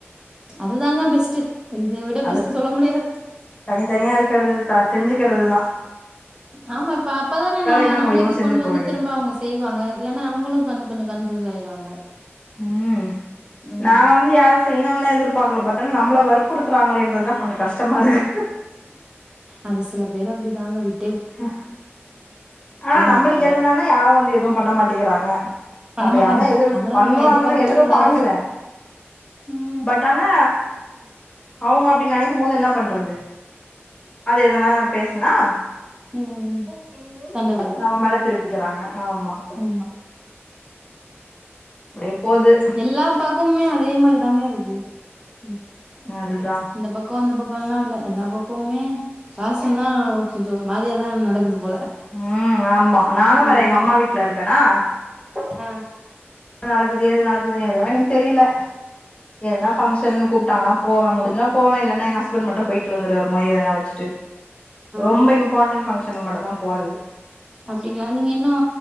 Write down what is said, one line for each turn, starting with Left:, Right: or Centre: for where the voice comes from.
Right: அது தாங்க பெஸ்ட் இத விட
Left: அது
Right: பெஸ்ட் சொல்ல முடியாது
Left: தனித்தனியா இருக்கறது த செஞ்சுக்கறது தா
Right: ஆமா இப்ப அப்பதானே நா
Left: என்ன
Right: நம்மளுக்கு
Left: முடியுமோ செஞ்சுட்டு
Right: கொண்டு வந்து
Left: போ வேண்டியதா
Right: திரும்பா அவுங்க செய்வாங்க இல்லன்னா அவுங்களு கொ கொஞ்ச கன்ஃபியூஸ் ஆயிருவாங்க
Left: ம்
Right: ம்
Left: நா வந்து யாரு செய்யணுல்லா எதிர்பாக்கல பட் நம்மள வற்புறுத்துறாங்களேன்றது தா கொஞ்ச கஷ்டமா இருக்கு
Right: அது சில பேர் அப்டி தாங்க விட்
Left: ம் ஆனா நம்மளுக்கு
Right: மாட்டாங்க
Left: எதுன்னா யாரு வந்து எது பண்ண மாட்டிக்கிறாங்க
Right: பண்ண
Left: நம்ம
Right: மாட்டாங்க
Left: யாருன்னா எதிர்
Right: அதெல்லா
Left: பண்ணுவாங்கன்னு
Right: நம்ம எதிர்பார்க்கவே
Left: எதிர்
Right: கூடாது
Left: பாக்கல
Right: ம்
Left: பட் ஆனா அவுங்க அப்டி நெனைக்கும் போது என்ன பண்றது அது எதனா பேசுனா
Right: ம் ம் சண்ட வரு
Left: இவ மேல திருப்பிக்கிறாங்க ஆமா
Right: ம்
Left: அப்டியே போது
Right: எல்லா பக்கமுமே அதே மாரி தாங்க இருக்கு ம்
Left: அது தா
Right: இந்த பக்கோ அந்த பக்கம்ல்லா இல்ல எல்லா பக்கமே காசுனா கொஞ்ச ஒரு மாரியா தா நடக்குது போல
Left: ஆ ஆமா நானு
Right: ம்
Left: வேற எங்க அம்மா
Right: ம்
Left: வீட்ல இருக்கனா
Right: ஆ
Left: என்ன நடக்குது ஏது நடக்குதுன்னு எது எனக்கு தெரில எதுனா
Right: ஆ
Left: ஃபங்க்ஷன்னு கூப்ட்டாங்கன்னா போவ முடிஞ்சா போவே இல்லன்னா எங்க ஹஸ்பண்ட் மட்டு போயிட்டு வந்துருவாரு மொய் எதனா வச்சுட்டு ரொம்ப
Right: ஆ
Left: இம் பார்டன் ஃபங்க்ஷனுக்கு மட்டு தா போறது
Right: அப்டிங்களா நீங்க இன்னு